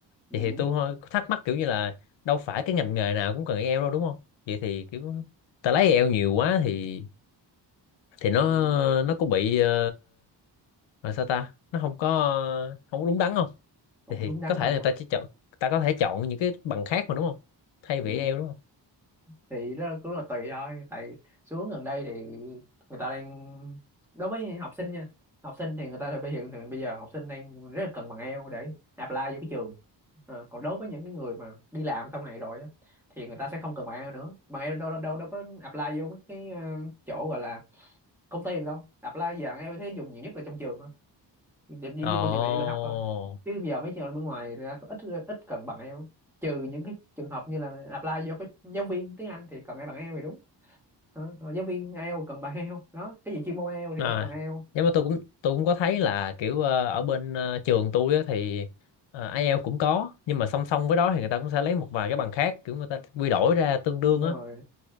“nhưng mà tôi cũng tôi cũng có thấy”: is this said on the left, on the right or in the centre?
Left